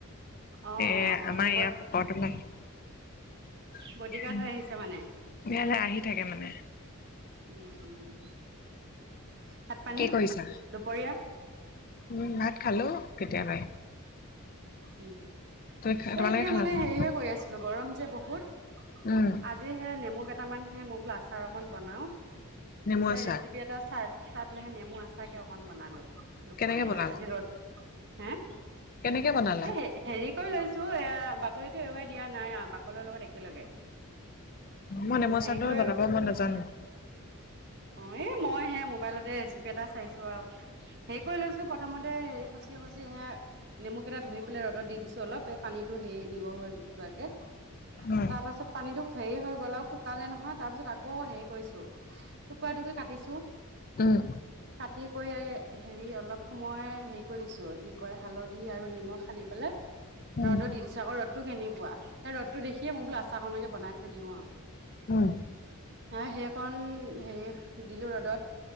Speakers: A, on the left (about 40°); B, on the right (about 50°).
A: এই
B: অ', অ',
A: আমাৰ ইয়াৰ পখৰতল
B: বডি গাৰ্ড
A: উম।
B: হৈ আহিছে মানে?
A: হেইয়াই আহি থাকে মানে
B: উম, উম, উম, ভাত পানী
A: কি কৰিছা?
B: দুপৰীয়া?
A: উম, ভাত খালোঁ কেতিয়াবাই।
B: উম,
A: তুমি তোমালোকে
B: এই এতিয়া
A: খালা
B: মানে
A: নাই?
B: হেৰিহে কৰি আছিলোঁ। গৰম যে বহুত।
A: উম'।
B: আজি সেই নেমু এট মান সে মোক বোল আচাৰ অকণ বনাওঁ,
A: নেমু
B: স
A: আচাৰ।
B: ৰেচিপি এটা চাই চাই পেলাইহে নেমু আচাৰকে অকন বনালো দুপৰীয়া
A: কেনেকে বনালা?
B: আজি ৰ'দ হে'।
A: কেনেকে বনালা?
B: এই হেৰি কৰি লৈছো, এ বাকলিটো এৰাই দিয়া নাই আৰু বাকলিৰ লগত একেলগে
A: মই নেমু
B: হেৰি
A: আচাৰটো
B: কৰি
A: বনাব মই নাজানো।
B: অ' এই মই সেয়া মোবাইলতে ৰিচ পি এটা চাইছো আৰু, হেৰি কৰি লৈছো প্ৰথমতে সে খচি খচি সেইয়া নেমু কেইটা ধুই পেলাই ৰ'দত দি দিছো অলপ এই পানীটো হেৰি নিগৰ হৈ যোৱাকে।
A: উম,
B: তাৰ পাছত পানীটো হেৰি হৈ গ'ল আৰু শুকালে নহয়। তাৰ পিছত আকৌ হেৰি কৰিছো। টুকুৰা টুকুৰি কাটিছো।
A: উম।
B: কাটি কৰি হেৰি অলপ সময় হেৰি কৰি দিছো। কি কয় হালধি ধি আৰু নিমখ সনি পেলাই
A: উম,
B: ৰ'দত দি দিছো। চাকৈ ৰ'দটো কেনেকুৱা? সেই ৰ'দটো দেখিয়ে মই বোলো আচাৰকণকে বনাই থৈ দিওঁ আৰু।
A: উম।
B: নাই সেইখন হেৰি কন দিলো ৰ'দত,